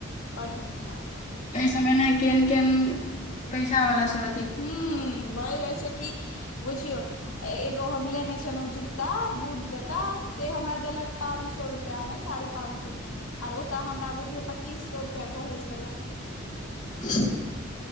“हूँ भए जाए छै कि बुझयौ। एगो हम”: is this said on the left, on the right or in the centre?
Left